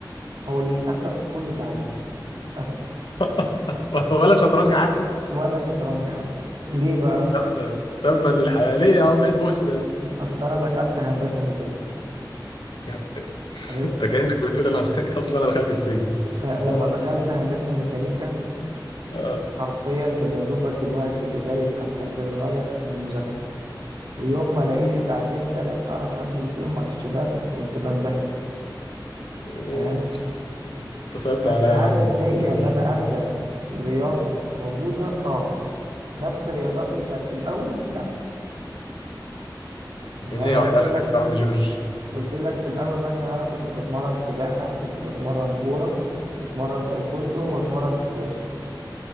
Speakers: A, on the right; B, on the left.
A: هو للأسف كله تعدم للأسف
B: <laughs> ولا شطرنج حتى
A: ولا شطرنج حتى ليه بقى
B: تبا تبا للحياة ليه يا عم ايه البؤس ده
A: أصل أنا دخلت هندسة ميكانيكا
B: يا <laughs> عم، إيه؟
A: حلو
B: انت كأنك بتقول انا <laughs> اصل انا دخلت السجن
A: فلما
B: اصل انا
A: دخلت هندسة ميكانيكا
B: آه.
A: حرفيا كان يا دوبك الوقت اللي جاي على قد اللي رايح للمذاكرة ويوم ما الاقي لي ساعتين تلاتة اعرف انزل فيهم مع الشباب كنت بنبهر
B: اوبس
A: فاهم
B: انت صعبت
A: بس
B: عليا
A: هل
B: يا عم
A: النية
B: جورج
A: ان انا ارجع للرياضة موجودة اه نفس الرياضات اللي كانت في الاول لا يعني
B: النية
A: انا
B: واحدة
A: قلت لك
B: لك يا عم جورج
A: قلت لك في الاول مثلا انا كنت بتمرن سباحة وكنت بتمرن كورة واتمرن تايكوندو واتمرن سكواش